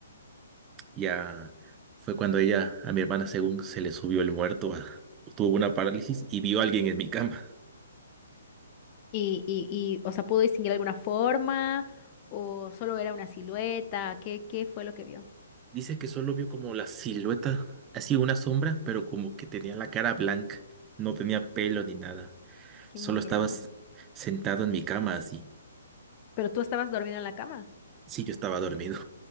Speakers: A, on the right; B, on the left.
A: Ya fue cuando ella, a mi hermana según se le subió el muerto, a- tuvo una parálisis y vio a alguien en mi cama.
B: Y, y, y, o sea, ¿pudo distinguir alguna forma o solo era una silueta? ¿Qué, qué fue lo que vio?
A: Dice que solo vio como la silueta, así una sombra, pero como que tenía la cara blanca, no tenía pelo ni nada.
B: Qué
A: Solo
B: miedo.
A: estabas sentado en mi cama así.
B: Pero tú estabas dormido en la cama.
A: Sí, yo estaba dormido.